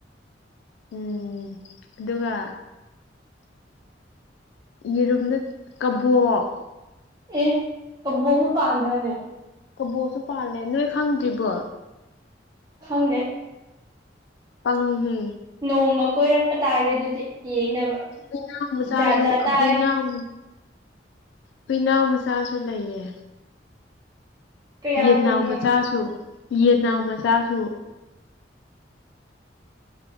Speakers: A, on the left; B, on the right.
A: ꯎꯝ ꯑꯗꯨꯒ ꯌꯦꯔꯨꯝꯅ ꯀꯕꯣꯛ
B: ꯑꯦ ꯀꯕꯣꯛꯁꯨ ꯄꯥꯟꯕ꯭ꯔꯅꯦ
A: ꯀꯕꯣꯁꯨ ꯄꯥꯜꯂꯦ ꯅꯣꯏ ꯈꯪꯗ꯭ꯔꯤꯕꯣ
B: ꯗꯦ
A: ꯄꯪꯅꯤ ꯍꯦ
B: ꯅꯣꯡꯃ ꯀꯣꯏꯔꯛꯄ ꯇꯥꯔꯦ ꯑꯗꯨꯗꯤ ꯌꯦꯡꯅꯕ
A: ꯍꯨꯏꯅ ꯆꯥꯁꯨ
B: ꯖꯥꯠ ꯖꯥꯠ ꯇꯥꯔꯦ
A: ꯍꯨꯏꯅꯝ ꯄꯤꯅꯥꯎ ꯃꯆꯥꯁꯨ ꯂꯩꯌꯦ
B: ꯀꯌꯥꯔꯣꯏꯒꯦ
A: ꯌꯦꯟꯅꯥꯎ ꯃꯆꯥꯁꯨ ꯌꯦꯟꯅꯥꯎ ꯃꯆꯥꯁꯨ